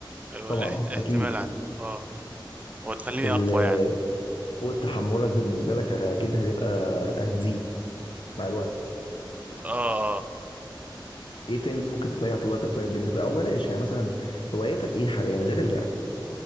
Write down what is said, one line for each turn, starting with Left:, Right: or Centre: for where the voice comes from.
Right: ايوه
Left: طبعا
Right: الاحت- احتمال
Left: اكيد
Right: عندي اه وتخليني
Left: ال-
Right: اقوى يعني
Left: قوه تحملك بالنسبه لك اكيد هتبقى هتزيد مع الوقت
Right: اه اه
Left: ايه تاني ممكن تضيع فيه وقتك طيب بالنسبه او بلاش يعني مثلا هوايتك ايه حاليا غير اللعب